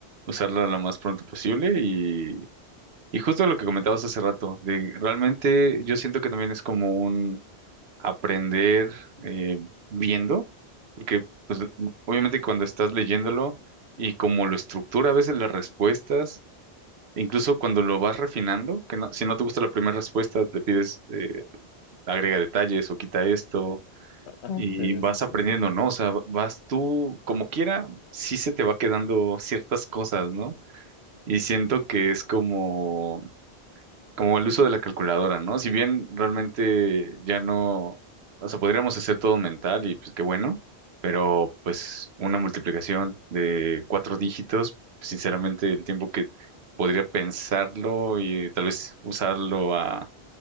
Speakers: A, on the right; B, on the left.
A: usarla lo más pronto posible y, y justo lo que comentabas hace rato, de realmente yo siento que también es como un aprender eh, viendo, porque pues obviamente cuando estás leyéndolo y como lo estructura a veces las respuestas, e incluso cuando lo vas refinando, que no, si no te gusta la primera respuesta, te pides... eh, agrega detalles o quita esto
B: Ah,
A: y
B: Sí,
A: vas
B: sí, sí, sí,
A: aprendiendo,
B: sí,
A: ¿no? O sea, va- vas tú como quiera, sí se te va quedando ciertas cosas, ¿no? Y siento que es como, como el uso de la calculadora, ¿no? Si bien realmente ya no, o sea, podríamos hacer todo mental y pues qué bueno, pero pues una multiplicación de cuatro dígitos, sinceramente el tiempo que podría pensarlo y tal vez usarlo a,